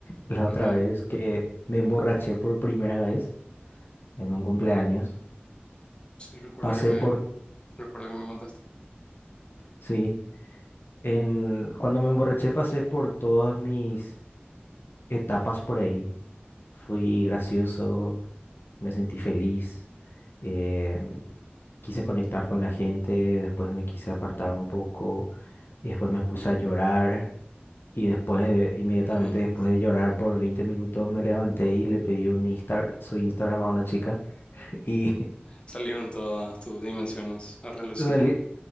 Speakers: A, on the left; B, on the left.
A: La otra
B: ujú.
A: vez que me emborraché por primera vez en un cumpleaños,
B: Sí, recuerdo
A: pasé
B: que me,
A: por,
B: recuerdo que me contaste.
A: sí, en, cuando me emborraché pasé por todas mis etapas por ahí. Fui gracioso, me sentí feliz, eh, quise conectar con la gente, después me quise apartar un poco y después me puse a llorar. Y después, de- inmediatamente
B: Ujú.
A: después de llorar por 20 minutos, me levanté y le pedí un Insta, su Instagram a una chica. <laughs> Y
B: Salieron todas tus dimensiones a relucir.
A: salí,